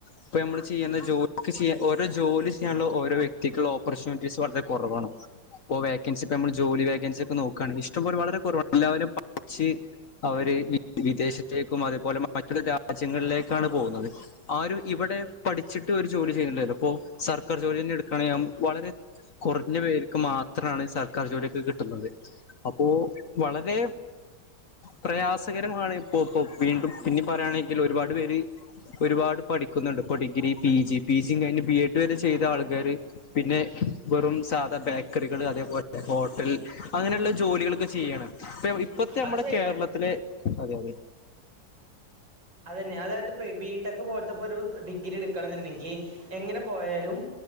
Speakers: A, on the left; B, on the right.
A: ഇപ്പോൾ നമ്മൾ ചെയ്യുന്ന ജോലി ചെയ്യാ ഓരോ ജോലി ചെയ്യാനുള്ള ഓരോ വ്യക്തിക്കുള്ള ഓപ്പർച്യൂണിറ്റീസ് വളരെ കുറവാണ് ഇപ്പോ വേക്കൻസി ഇപ്പോ നമ്മള് ജോലി വേക്കൻസി ഒക്കെ നോക്കാണെങ്കി ഇഷ്ടം പോലെ വളരെ കുറവാണ് എല്ലാവരും പഠിച്ച് അവര് വിദേശത്തേക്കും അതേപോലെ മറ്റുള്ള രാജ്യങ്ങളിലേക്കാണ് പോകുന്നത്. ആരും ഇവിടെ പഠിച്ചിട്ട് ഒരു ജോലി ചെയ്യുന്നില്ലല്ലോ ഇപ്പോ സർക്കാർ ജോലിയന്നെ എടുക്കാണെങ്കി വളരെ കൊറഞ്ഞ പേർക്ക് മാത്രാ ണ് സ ർ ക്കാർ ജോലിയൊക്കെ കിട്ടുന്നത അപ്പോ വളരെ പ്രയാസകരമാണ് ഇപ്പോ ഇപ്പോ വീണ്ടും പിന്നെ പറയാണെങ്കിൽ ഒരുപാട് പേര് ഒരുപാട് പഠിക്കുന്നുണ്ട് ഇപ്പൊ degree P G P G കഴിഞ്ഞു ബി എഡ് വരെ ചെയ്ത ആൾക്കാര് പിന്നെ വെറും സാധാ ബേക്കറികൾ അതേപോലെ ഹോട്ടൽ അങ്ങനെയുള്ള ജോലികളൊക്കെ ചെയ്യാണ്. ഇപ്പ ഇപ്പത്തെ നമ്മുടെ
B: അത് ശരിയാണ്
A: കേരളത്തിലെ അതെ അതെ
B: അതന്നെ അതായത് ബിടെക് പോലത്തെ ഒരു ഡിഗ്രി എടുക്കണം എന്നുണ്ടെങ്കി എങ്ങനെ പോയാലും